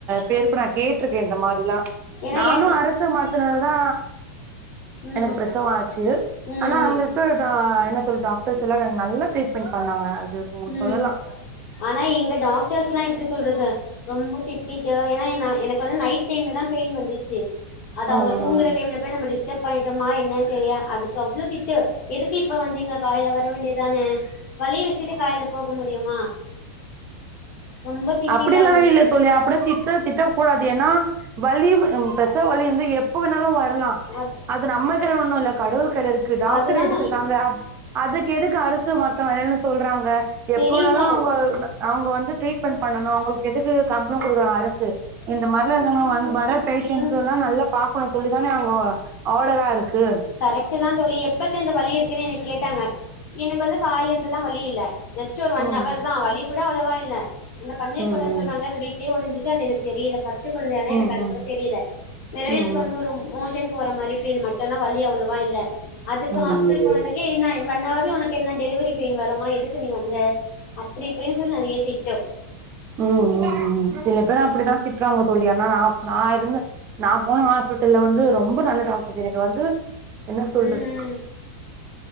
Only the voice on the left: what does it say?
ஏன்னா
என்
ம்
ம்
ம்
ம்
ஆனா எங்க டாக்டர்ஸ்ல்லா எப்டி சொல்றது ரொம்ப திட்டிட்டு ஏன்னா என் நா எனக்கு வந்து நைட் டைம்ல தா பெயின் வந்துச்சி அது
அவங்க
தூங்கற
டைம்ல போய் நம்ம டிஸ்டப் பண்ணிட்டோமா என்ன தெரிய அதுக்கு அவ்ளோ திட் டு எதுக்கு இப்ப வந்தீங்க காலைல வர வேண்டியதான வலி வச்சுட்டு காலைல போக முடியுமா ரொம்ப திட்டிட்டாங்க
அ
அதுதா
நா
தெரில
எங்
கரெக்ட் தா தோழி எப்பத்துல இரு இந்த வலி இருக்குன்னு என்ன கேட்டாங்க எனக்கு வந்து காலைல இருந்துல்லா வலி இல்ல ஜெஸ்ட் ஒரு ஒன்
அவர் தா வலி கூட அவ்ளவா இல்ல அந்த பன்னீர்
கூடோ சொல்றாங்க அது வீட் வீட்லயே ஒடைசிச்சி அது எனக்கு தெரியல ஃபர்ஸ்ட் கொழந்த
எனக்கு அது
கூட தெரியல வெறு
எனக்கு வந்து ஒரு மோஷன் போற மாரி ஃபீல் மட்டு தா வலி அவ்ளவா இல்ல அதுக்கு ஹாஸ்பிட்டால்
போனதுக்கே
என்ன ஒன் அவர்ல உனக்கு என்ன டெலிவரி பெயின் வரமா எதுக்கு நீ வந்த அப்டி இப்டின்னு சொல்லி நெறைய திட்டு
ம்